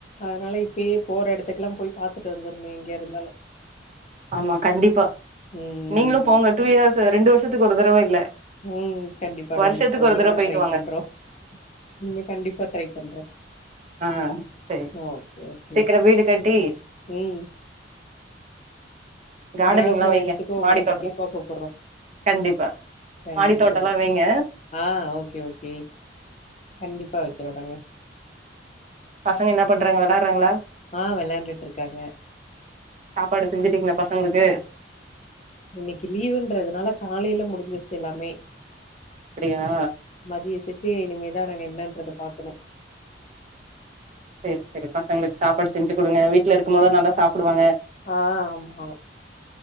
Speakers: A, on the left; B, on the right.
A: அதனால இப்பயே போற எடத்துக்கு எல்லா போய் பாத்துட்டு வந்துற்னு எங்க இருந்தாலு
B: ஆமா கண்டிப்பா
A: ம்
B: நீங்களு போங்க
A: ஓகே
B: டூ இயர்ஸ்ஸு ரெண்டு வருஷத்துக்கு ஒரு தடவ இல்ல
A: ம் கண்டிப்பா
B: வருஷத்துக்கு
A: கண்டிப்பா இனிமே
B: ஒரு தடவ போயிட்டு
A: ட்ரை
B: வாங்க
A: பண்றோ இனிமே கண்டிப்பா ட்ரை பண்றோ
B: ஆ செரி
A: ஓகே ஓகே
B: சீக்கர வீடு கட்டி
A: ம்
B: கார்டனிங்லா
A: கிரக பிரவேசத்துக்கு
B: வைங்க
A: உங்கள
B: மாடி தோட்டோ
A: கண்டிப்பா கூப்புட்றோ
B: கண்டிப்பா
A: கண்டிப்பா
B: மாடித்தோட்டம்லா
A: கூப்புட்றோ
B: வைங்க
A: ஆ ஓகே ஓகே கண்டிப்பா வைக்கிறோ நாங்க
B: பசங்க ன்னு பண்றாங்க வெளாட்றாங்ளா
A: ஆ வெளாண்டுட்டுருக்காங்க
B: சாப்பாடு செஞ்சிட்டீங்களா பசங்களுக்கு
A: இன்னைக்கு லீவுன்றதுனால காலைல முடிஞ்சுறுச்சு எல்லாமே
B: அப்டியா
A: மதியத்துக்கு இனிமேதா நாங்க என்னன்றத பாக்கணு
B: செரி செரி பசங்களுக்கு சாப்பாடு செஞ்சு கொடுங்க வீட்ல இருக்கும் போதா நல்லா சாப்டுவாங்க
A: ஆ ஆமா